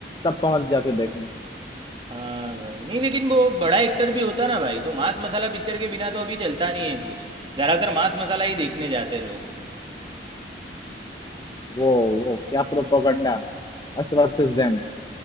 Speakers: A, on the left; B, on the right.
A: सब पहुंच जाते देखने
B: हाँ भाई नहीं लेकिन वो बड़ा एक्टर भी होता ना भाई तो मांस मसाला पिक्चर के बिना तो अभी चलता नहीं है कुछ ज़्यादातर मांस मसाला ही देखने जाते हैं लोग
A: वो वो क्या प्रोपोगंडा अस वर्सेस देम